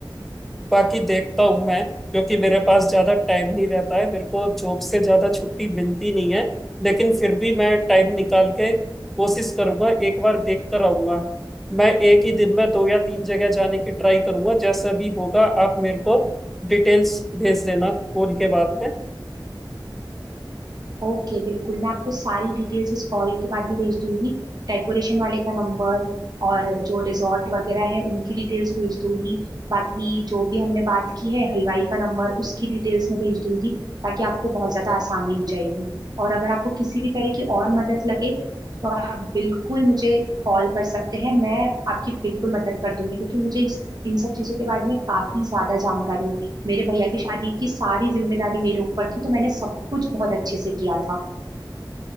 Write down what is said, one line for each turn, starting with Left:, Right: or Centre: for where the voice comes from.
Centre: बाकी देखता हूँ मैं क्योंकि मेरे पास ज्यादा टाइम नहीं रहता है मेरे को जॉब से ज्यादा छुट्टी मिलती नहीं है लेकिन फिर भी मैं टाइम निकाल के कोशिश करूंगा एक बार देख कर आऊंगा मैं एक ही दिन में दो या तीन जगह जाने की ट्राई करूंगा जैसा भी होगा आप मेरे को डिटेल्स भेज देना कॉल के बाद में
Right: ओके बिल्कुल मैं आपको सारी डिटेल्स इस कॉल के बाद में भेज दूंगी डेकोरेशन वाले का नंबर और जो रिजॉर्ट वगैरह है उनकी डिटेल्स भेज दूंगी बाकी जो भी हमने बात की है हलवाई का नंबर उसकी डिटेल्स मैं भेज दूंगी ताकि आपको बहुत ज़्यादा आसानी हो जाएगी और अगर आपको किसी भी तरह की और मदद लगे तो आप बिल्कुल मुझे कॉल कर सकते हैं मैं आपकी बिल्कुल मदद कर दूंगी क्योंकि मुझे इस- इन सब चीज़ों के बारे में काफ़ी ज़्यादा जानकारी है मेरे भैया की शादी की सारी जिम्मेदारी मेरे ऊपर थी तो मैंने सब कुछ बहुत अच्छे से किया था